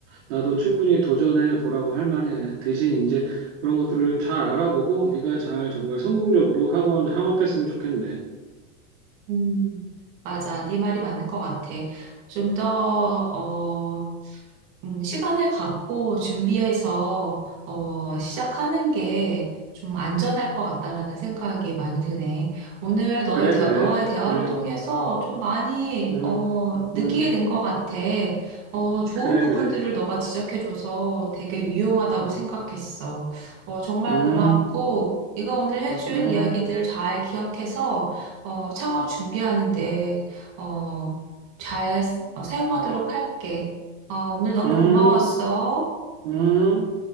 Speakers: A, on the right (about 65°); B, on the right (about 35°).
A: 나도 충분히 도전해 보라고 할 만해. 대신 이제 그런 것들을 좀 잘 알아보고 네가 잘 정말 성공적으로 학원 창업했으면 좋겠네.
B: 음. 맞아, 네 말이 맞는 것 같아. 좀더어 음, 시간을 갖고 준비해서 어, 시작하는 게 좀 안전할 것 같다라는 생각이 많이 드네. 오늘 너의
A: 그래,
B: 대화,
A: 그래.
B: 너와의 대화를
A: 음,
B: 통해서 좀 많이
A: 음,
B: 어, 느끼게
A: 음,
B: 된 것 같아. 어, 좋은
A: 그래,
B: 부분들을
A: 그래.
B: 너가 지적해줘서 되게 유용하다고
A: 음,
B: 생각했어. 어, 정말
A: 음.
B: 고맙고 네가 오늘 해준
A: 음,
B: 이야기들 잘 기억해서 어, 창업 준비하는데 어, 잘 쓰- 어, 사용하도록 할게. 어, 오늘 너무
A: 음,
B: 고마웠어.
A: 음.